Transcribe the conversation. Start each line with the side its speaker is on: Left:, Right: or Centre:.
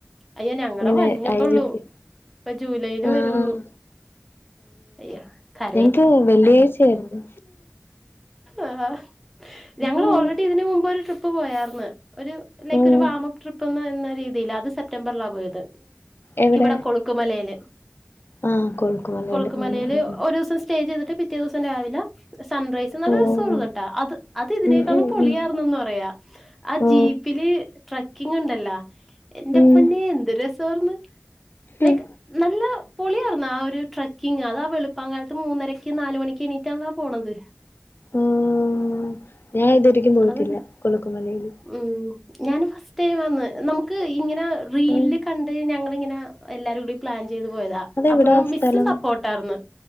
Centre: അയ്യോ ഞങ്ങടെ
Left: ഇങ്ങനെ
Centre: വഞ്ഞള്ളൂ
Left: അയിലേക്ക്
Centre: ഇപ്പൊ ജൂലൈല്
Left: ആഹ്
Centre: വരുള്ളൂ അയ്യോ ക്കര
Left: ക്ക് വെള്ളിയാഴ്ചയായിരുന്ന്
Centre: ആഹ്.. ഞങ്ങള്
Left: ഉം
Centre: ഓൾറെഡി ഇതിന് മുമ്പ് ഒരു ട്രിപ്പ് പോയാർന്ന് ഒരു ലൈക്ക്
Left: ഉം
Centre: ഒരു വാമപ് ട്രിപ്പ്ന്ന് എന്ന എന്ന രീതിയില അത് സെപ്റ്റംബറിലാ പോയത്
Left: എവിടെ
Centre: ഇവിടെ കൊള ളുക്കുമലയില്
Left: ആഹ് കൊഴുക്കുമലയില്
Centre: കൊളുക്കുമലയില്
Left: ഉം ഉം
Centre: ഒരു ദിവസം സ്റ്റേ സ്റ്റേ ചെയ്തിട്ട് പിറ്റേ ദിവസം രാവിലെ സൺറൈസ് നല്ല
Left: ഓഹ്
Centre: രസാർന്ന് കേട്ടാ അത് അത് ഇതിനേക്കാളും
Left: ഉം ഉം
Centre: പൊളിയാർന്നുന്ന്
Left: ഉം
Centre: പറയാ ആഹ്
Left: ഓ
Centre: ജീപ്പില് ട്രക്കിങ് ഉണ്ടല്ലോ എന്റെ
Left: ഉം
Centre: പൊന്നെ എന്ത് രസാർന്ന് ലൈക്
Left: ഉം
Centre: നല്ല പൊളിയാർന്നാ ആ ഒരു ട്രക്കിംഗങ് അതാ വെളുപ്പാകാലത്ത് മൂന്നരക്ക് നാല് മണിക്ക് എണീറ്റാണല്ലോ പോണത്
Left: ഉമ്മ്മ്മ്മ്മ്.. ഞാൻ ഇതൊവരെക്കും പോയിട്ടില്ല
Centre: അത്
Left: കൊളുക്കുമലയിയില്.
Centre: ഉം ഞാനുംഫസ് ഫസ്റ്റ് ടൈമാന്ന് നമുക്ക് ഇങ്ങനെ റീലില്
Left: ഉം
Centre: കണ്ട് ഞങ്ങളിങ്ങനെ എല്ലാവാരും കൂടി പ്ലാൻ ചെയ്ത് പോയതാ
Left: അതെവിടാ
Centre: അപ്പോഴും
Left: സ്ഥലം
Centre: മിസ്സ് സപ്പോർട്ടാർന്ന്